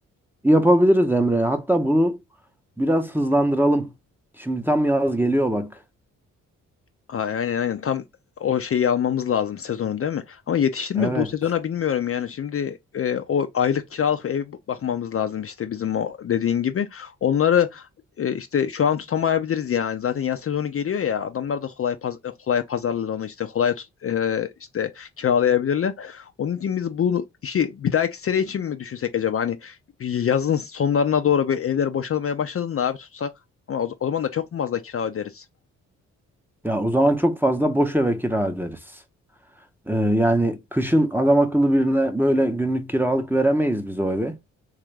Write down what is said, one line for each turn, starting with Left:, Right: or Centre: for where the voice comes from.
Centre: yapabiliriz Emre. Hatta bunu biraz hızlandıralım. Şimdi tam yaz geliyor bak.
Left: Ay- Aynen aynen tam o şeyi almamız lazım sezonu değil mi? Ama yetişir mi
Centre: Evet.
Left: bu sezona bilmiyorum yani. Şimdi e, o aylık kiralık ev bakmamız lazım işte bizim o dediğin gibi. Onları e, işte şu an tutamayabiliriz yani. Zaten yaz sezonu geliyor ya adamlar da kolay paz e, kolay pazarlar onu işte kolay tut- e, işte kiralayabilirler. Onun için biz bu işi bir dahaki sene için mi düşünsek acaba? Hani bir yazın sonlarına doğru böyle evler boşalmaya başladığında abi tutsak ama o, o zaman da çok mu fazla kira öderiz?
Centre: Ya o zaman çok fazla boş eve kira öderiz. Ee, yani kışın adam akıllı birine böyle günlük kiralık veremeyiz biz o eve.